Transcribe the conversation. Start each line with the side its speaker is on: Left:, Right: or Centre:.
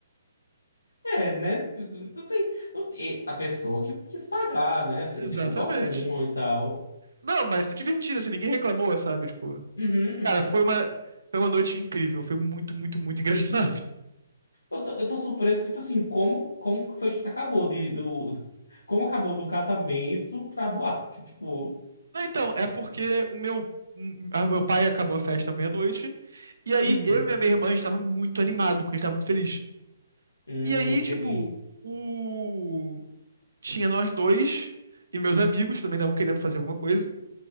Left: É, né? Não tem, não tem- A pessoa que quis pagar, né? Você
Right: Exatamente.
Left: não tem culpa alguma e tal.
Right: Não, mas se divertiram, assim, ninguém reclamou, sabe? Tipo,
Left: Uhum, uhum.
Right: cara, foi uma, foi uma noite incrível. Foi muito, muito, muito <laughs> engraçado.
Left: Eu tô, eu tô surpreso, tipo assim, como, como que foi que acabou de, do, como acabou do casamento pra boate, <laughs> tipo,
Right: Não, então, é porque o meu, o meu pai acabou a festa meia-noite. E aí,
Left: uhum,
Right: eu e minha, minha irmã estava muito animado, porque a gente estava muito feliz.
Left: hum,
Right: E aí,
Left: entendi,
Right: tipo, o... tinha nós dois e meus amigos que também estavam querendo fazer alguma coisa.